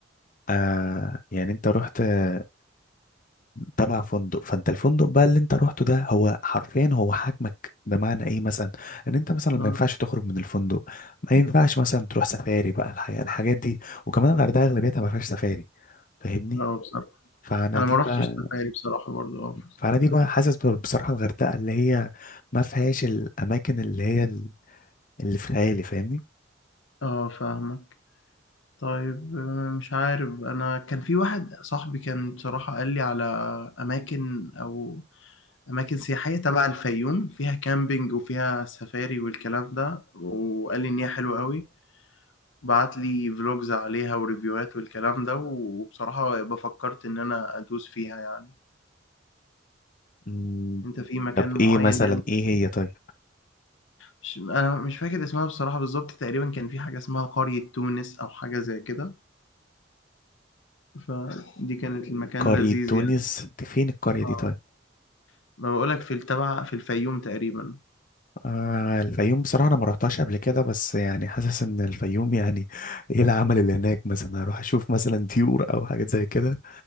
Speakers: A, on the left (about 45°); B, on the left (about 85°).
A: آه يعني انت رحت آه، تبع فندق فانت الفندق بقى اللي انت رحته ده هو حرفيا هو حاكمك بمعنى ايه مثلا ان انت مثلا ما
B: اه
A: ينفعش تخرج من الفندق ما ينفعش مثلا تروح سفاري بقى الحقيقة الحاجات دي وكمان الغردقة اغلبيتها ما فيهاش سفاري فاهمني
B: اه بصراحة
A: فانا
B: انا
A: دي
B: ما رحتش
A: بقى
B: سفاري بصراحة برضو اه بصراحة.
A: فانا دي بقى حاسس بال- بصراحة الغردقة اللي هي ما فيهاش الاماكن اللي هي ال- اللي في خيالي فاهمني
B: اه فاهمك طيب آه، مش عارف انا كان في واحد صاحبي كان بصراحة قال لي على اماكن او اماكن سياحية تبع الفيوم فيها كامبينج وفيها سفاري والكلام ده وقال لي ان هي حلوة قوي بعت لي فلوجز عليها وريفيوهات والكلام ده وبصراحة بفكرت ان انا ادوس فيها يعني
A: مم.
B: انت في مكان
A: طب
B: معين
A: ايه مثلا
B: يعني
A: ايه هي طيب
B: مش انا مش فاكر اسمها بصراحة بالظبط تقريبا كان في حاجة اسمها قرية تونس او حاجة زي كده فدي كانت المكان
A: قرية
B: لذيذ
A: تونس
B: يعني
A: دي فين القرية دي
B: آه.
A: طيب؟
B: ما بقولك في التبع في الفيوم تقريبا
A: آه الفيوم بصراحة أنا ما رحتهاش قبل كده بس يعني حاسس إن الفيوم يعني إيه العمل اللي هناك مثلا أروح أشوف مثلا طيور أو حاجات زي كده